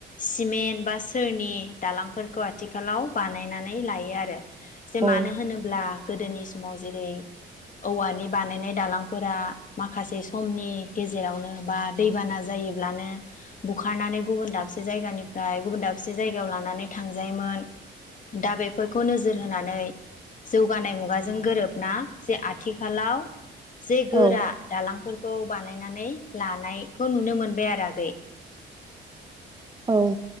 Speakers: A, on the left; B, on the right.
A: सिमेन्ट बा सोरनि दालांफोरखौ आथिखालाव बानायनानै लायो आरो। जे
B: औ
A: मानो होनोब्ला गोदोनि समाव जेरै औवानि बानायनाय दालांफोरा माखासे समनि गेजेरावनो बा दैबाना जायोब्लानो बुखारनानै गुबुन दाबसे जायगानिफ्राय गुबुन दाबसे जायगायाव लानानै थांजायोमोन। दा बेफोरखौ नोजोर होनानै जौगानाय मुगाजों गोरोबना जे आथिखालाव जे गोरा
B: औ
A: दालांफोरखौ बानायनानै लानायखौ नुनो मोनबाय आरो आगै।
B: औ।